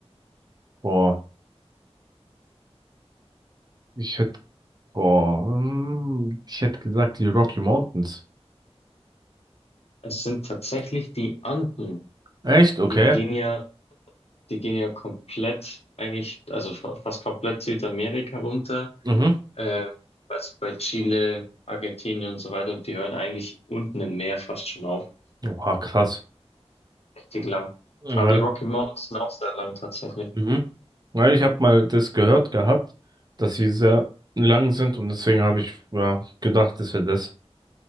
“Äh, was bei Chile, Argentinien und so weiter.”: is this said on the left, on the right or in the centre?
Left